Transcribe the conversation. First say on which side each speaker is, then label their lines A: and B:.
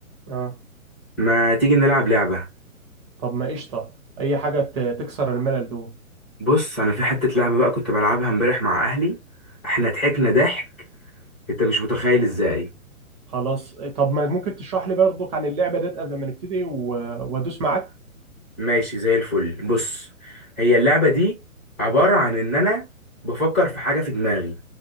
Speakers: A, on the right (about 20°); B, in the centre.
A: اه
B: ما تيجي نلعب لعبة
A: طب ما قشطه اي حاجه ت- تكسر الملل دوت
B: بص انا في حتة لعبة بقى كنت بلعبها امبارح مع اهلي احنا ضحكنا ضحك انت مش متخيل ازاي
A: خلاص طب ما ممكن تشرح لي برضو عن اللعبه ديت قبل ما نبتدي و- وادوس معاك
B: ماشي زي الفل بص هي اللعبة دي عبارة عن إن أنا بفكر في حاجة في دماغي